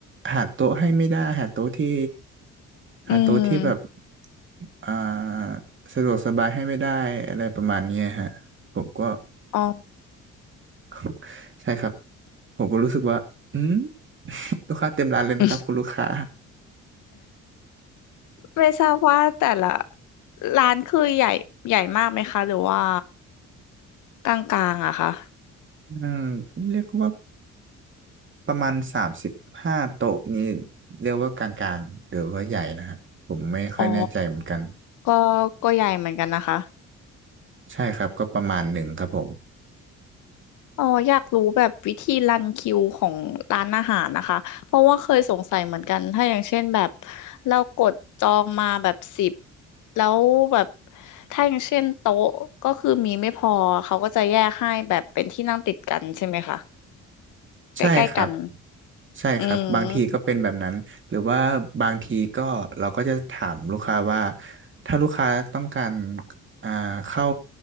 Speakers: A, on the right; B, on the left.
A: หาโต๊ะให้ไม่ได้หาโต๊ะที่หาโต๊ะที่แบบ
B: อืม
A: อ่าสะดวกสบายให้ไม่ได้อะไรประมาณเนี้ยฮะผมก็
B: อ๋อ
A: <laughs> ใช่ครับผมก็รู้สึกว่าอืมลูกค้าเต็มร้านเลยนะครับคุณลูกค้า
B: อืมไม่ทราบว่าแต่ละร้านคือใหญ่ใหญ่มากไหมคะหรือว่ากลางๆอะคะ
A: <laughs> อืมเรียกว่า ประมาณสามสิบห้าโต๊ะนี้เรียกว่ากลางๆหรือว่าใหญ่นะครับผมไม่ค่อยแน่ใจเหมือนกัน
B: อ๋อก็ก็ใหญ่เหมือนกันนะคะ
A: ใช่ครับก็ประมาณหนึ่งครับผม
B: อ๋ออยากรู้แบบวิธีรันคิวของร้านอาหารนะคะเพราะว่าเคยสงสัยเหมือนกันถ้าอย่างเช่นแบบเรากดจองมาแบบสิบแล้วแบบถ้าอย่างเช่นโต๊ะก็คือมีไม่พอเขาก็จะแยกให้แบบเป็นที่นั่งติดกันใช่ไหมคะใกล้ๆกัน
A: ใช่ครับใช่ครับบางทีก็เป็นแบบนั้นหรือว่าบางทีก็เราก็จะถามลูกค้าว่า
B: อืม
A: ถ้าลูกค้าต้องการอ่าเข้า